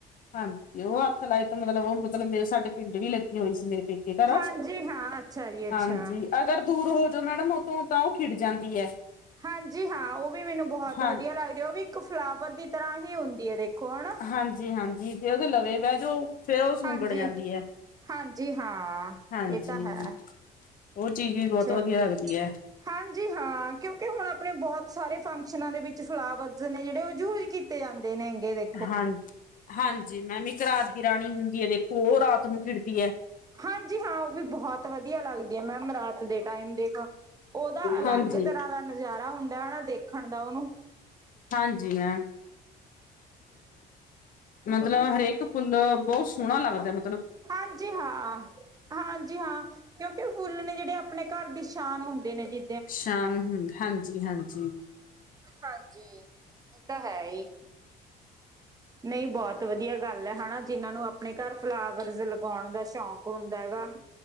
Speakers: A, on the left (about 55°); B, on the right (about 20°).
A: ਹਾਂਜੀ, ਓ ਹੱਥ ਲਾਏ ਤੇ ਮਤਲਬ ਓ ਮਤਲਬ ਮੇਰੇ ਸਾਡੇ ਪਿੰਡ ਵੀ ਲੱਗੀ ਹੋਈ ਸੀ, ਮੇਰੇ ਪੇਕੇ। ਘਰ
B: ਹਾਂਜੀ ਹਾਂ, ਅੱਛਾ ਜੀ ਅੱਛਾ।
A: ਹਾਂਜੀ ਅਗਰ ਦੂਰ ਹੋ ਜੋ ਮੈਡਮ ਓ ਤੋਂ ਤਾਂ ਓ ਖਿੜ ਜਾਂਦੀ ਐ।
B: ਹਾਂਜੀ ਹਾਂ, ਓ ਵੀ ਮੈਨੂੰ ਬਹੁਤ
A: ਹਾਂ
B: ਵਧੀਆ ਲੱਗਦੀ, ਓ ਵੀ ਇੱਕ ਫਲਾਵਰ ਦੀ ਤਰ੍ਹਾਂ ਹੀ ਹੁੰਦੀਂ ਏ ਦੇਖੋ, ਹਣਾ?
A: ਹਾਂਜੀ-ਹਾਂਜੀ ਤੇ ਓਦੇ ਲਵੇਗਾ ਜੋ ਫੇਰ ਓ ਸੁੰਗੜ
B: ਹਾਂਜੀ,
A: ਜਾਂਦੀ ਐ,
B: ਹਾਂਜੀ ਹਾਂ
A: ਹਾਂਜੀ।
B: ਇਹ ਤਾਂ ਹੈ
A: ਓ ਚੀਜ਼ ਵੀ ਬੋਤ
B: ਚਲੋ।
A: ਵਦੀਆ ਲੱਗਦੀ ਐ।
B: ਹਾਂਜੀ ਹਾਂ ਕਿਉਂਕਿ ਹੁਣ ਆਪਣੇਂ ਬੋਤ ਸਾਰੇ ਫੰਕਸ਼ਨਾਂ ਦੇ ਵਿੱਚ ਫਲਾਵਰਸ ਨੇ ਜੇੜੇ ਓ ਯੂਜ ਕੀਤੇ ਜਾਂਦੇਂ। ਤੇ ਨੇ ਗੇ ਦੇ
A: ਹਾਂ ਹਾਂਜੀ, ਮੈਮ ਇੱਕ ਰਾਤ ਦੀ ਰਾਣੀ ਹੁੰਦੀ ਹੈ, ਦੇਖੋ ਉਹ ਰਾਤ ਨੂੰ ਖ਼ਿੜਦੀ ਐ।
B: ਹਾਂਜੀ ਹਾਂ, ਓ ਵੀ ਬੋਹਤ ਵਦੀਆ ਲੱਗਦੀ ਆ ਮੈਮ ਰਾਤ ਦੇ ਟਾਈਮ ਦੇਖ ਓਦਾ ਅਲੱਗ
A: ਹਾਂਜੀ
B: ਤਰ੍ਹਾਂ ਦਾ ਨਜ਼ਾਰਾ ਹੁੰਦਾਂ ਐ ਨਾ ਦੇਖਣ ਦਾ ਓਨੂੰ।
A: ਹਾਂਜੀ ਮੈਮ ਮਤਲਬ ਹਰੇਕ ਫੁੱਲ ਬੋਹ ਸੋਹਣਾ ਲੱਗਦਾ ਮਤ
B: ਹਾਂਜੀ, ਹਾਂ ਹਾਂ ਹਾਂਜੀ ਹਾਂ, ਕਿਉਂਕਿ ਫੁੱਲ ਨੇ ਜੇੜੇ ਆਪਣੇ ਘਰ ਦੀ ਸ਼ਾਨ ਹੁੰਦੇ ਨੇ ਜੀ।
A: ਸ਼ਾਨ ਹੂ ਹਾਂਜੀ -ਹਾਂਜੀ
B: ਹਾਂਜੀ ਏਹ ਤਾਂ ਹੈ ਈ। ਨਈ ਬੋਤ ਵਧੀਆਂ ਗੱਲ ਐ, ਹਨਾ ਜਿਨਾਂ ਨੂੰ ਆਪਣੇਂ ਘਰ ਫਲਾਵਰਸ ਲਗਾਉਣ ਦਾ ਸ਼ੌਕ ਹੁੰਦਾਂ ਹੈਗਾ।